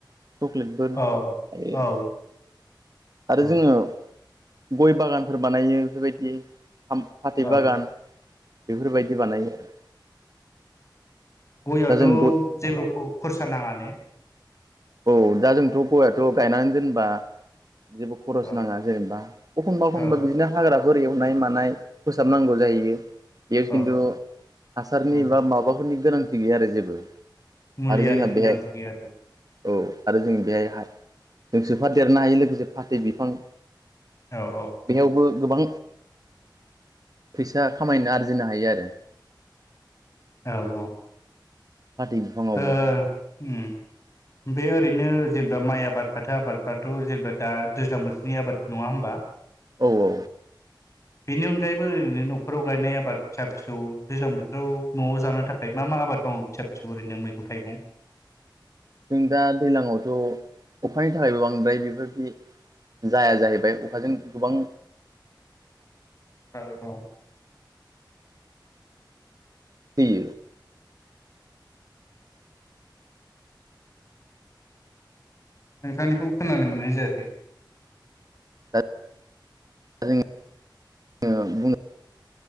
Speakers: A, on the right; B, on the left.
A: चक्लेटफोर
B: औ
A: आरो
B: औ
A: आरो
B: औ
A: जोङो गय बागानफोर बानायो बेफोर बायदि फाथै
B: औ
A: बागान बेफोर बायदि बानायो आरो।
B: गययावथ'
A: दा जों
B: जेबो खरसा नाङा <inaudible>
A: औ दा जोंथ' गययाथ' गायनानै दोनबा जेबो खरस
B: औ
A: नाङा जेनेबा एखनबा एखनबा
B: औ
A: बिदिनो हाग्रा एवनाय मानाय फोसाबनांगौ जायो। बेयाव खिन्थु
B: औ
A: हासारनि
B: औ
A: बा माबाफोरनि गोनांथि गैया आरो जेबो।
B: मुलि
A: आरो जोंहा
B: आरिनि
A: बेहाय
B: गोनांथि गैया आरो।
A: औ आरो जों बेहाय जों सोफादेरनो हायो लोगोसे फाथै बिफां।
B: औ औ।
A: बेयावबो गोबां फैसा खामायनो आरजिनो हायो आरो।
B: औ औ।
A: फाथै बिफाङावबो
B: ओ उम बे ओरै बिदिनो जेनेबा माइ आबाद फाथो आबादफ्राथ' जेनेबा दा दैज्लां बोथोरनि आबाद नङा होनोमबा?
A: औ औ।
B: बेनि अनगायैबो ओरैनो न'खराव गायनाय आबाद फिसा फिसौ गोजां बोथोराव न'आव जानो थाखाय मा मा आबाद मावङो फिसा फिसौ ओरैनो मैगं थाइगं
A: जों दा दैज्लांआवथ' अखानि थाखायबो बांद्राय बेफोरबायदि जाया जाहैबाय अखाजों गोबां
B: औ औ।
A: थैयो।
B: नोंथांनिखौ खोनानो मोननाय जायाखै।
A: दा <unintelligible>